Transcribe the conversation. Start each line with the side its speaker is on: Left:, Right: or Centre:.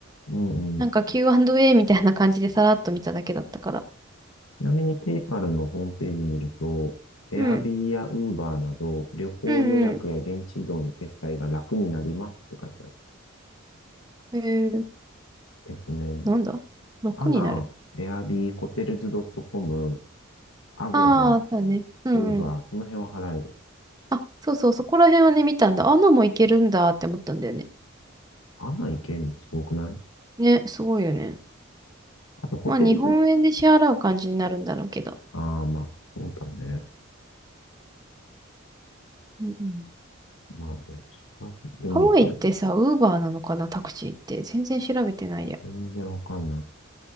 Left: うんうん。
Right: なんか Q&A みたいな感じでさらっと見ただけだったから。
Left: ちなみにペイパルのホームページ見ると、Airbnb
Right: うん。
Left: や Uber など旅行予約や現地移動の決済が楽になりますって書いてある。
Right: うんうん。えー、
Left: えっとね、
Right: なんだ ?6
Left: アナ、
Right: になる。
Left: Airb、Hotels.com、Agoda、
Right: ああ、そうだね。うんうん。
Left: Uber、その辺は払える。
Right: あ、そうそう、そこら辺はね、見たんだ。アナもいけるんだって思ったんだよね。
Left: アナ行けるのすごくない
Right: ね、すごいよね。
Left: あと、ホテルズ、
Right: まあ、日本円で支払う感じになるんだろうけど。
Left: ああ、まあ、そうだね。
Right: うんうん。
Left: まあね、近くでもこれ、
Right: ハワイってさ、ウーバーなのかな、タクシーって。全然調べてないや。
Left: 全然わかんない。